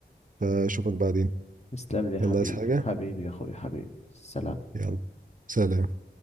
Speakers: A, on the right (about 45°); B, on the left (about 35°).
A: فاشوفك بعدين
B: تسلم لي يا
A: يلا
B: حبيبي
A: عايز حاجة
B: حبيبي يا أخويا حبيبي سلام
A: يلا سلام